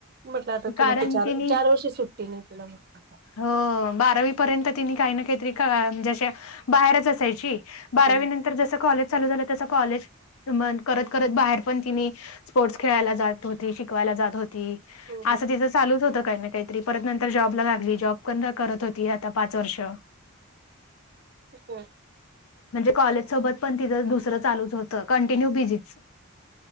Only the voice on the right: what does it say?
म्हटलं आता तुला
ते चार
-चार वर्षी सुट -- टी नाही तुला <unintelligible>
हो
हो हो
हं.